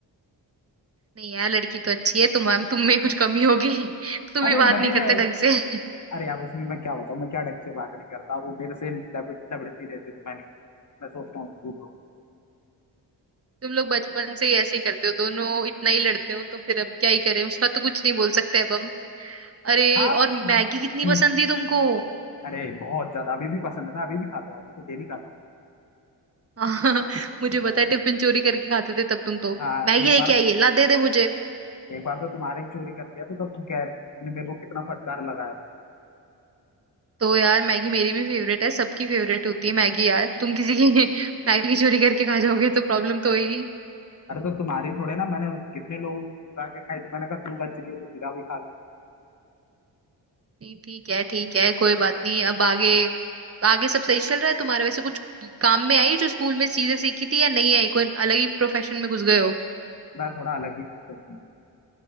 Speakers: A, on the right; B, on the left.
A: नहीं यार लड़की तो अच्छी है तुम तुम में कुछ कमी होगी <laughs> तुम
B: अरे
A: भी बात
B: नहीं
A: नहीं करते
B: है
A: ढंग से <laughs>
B: अरे यार उसमें मैं क्या बताऊँ मैं क्या ढंग से बात नहीं करता वो मेरे से लबड़- लबड़ती रहती है, तो मैंने मैं सोचता हूँ दूर रहो
A: तुम लोग बचपन से ही ऐसे ही करते हो दोनों इतना ही लड़ते हो तो फिर अब क्या ही करें उसका तो कुछ नहीं बोल सकते अब हम अरे
B: हाँ
A: और
B: हम्म,
A: मैगी कितनी
B: हम्म,
A: पसंद थी तुमको
B: अरे बहुत ज्यादा अभी भी पसंद है मैं अभी भी खाता हूँ अभी तो डेली खाता हूँ
A: <laughs> मुझे
B: हाँ
A: पता है टिफिन चोरी करके खाते थे तब तुम तो
B: हाँ,
A: मैगी
B: एक
A: लेके
B: बार
A: आइए ला दे दे मुझे
B: एक बार तो तुम्हारे ही चोरी कर लिया था तो तुम कह रहे तुमने मेरे को कितना फटकार लगाया था
A: तो यार मैगी मेरी भी फेवरेट है सबकी फेवरेट होती है मैगी यार तुम किसी की <laughs> मैगी चोरी करके खा जाओगे तो प्रॉब्लम तो होगी
B: अरे तो तुम्हारी थोड़े ना मैंने कितने लोग चुरा के खाई तो मैंने कहा तू बच रही है तो तेरा भी खा ली
A: नहीं ठीक है ठीक है कोई बात नहीं अब आगे आगे सब सही चल रहा है तुम्हारा वैसे कुछ काम में आई जो स्कूल में चीजें सीखी थी या नहीं आई कोई अलग ही प्रोफेशन में घुस गए हो
B: मैं थोड़ा अलग ही प्रोफेशन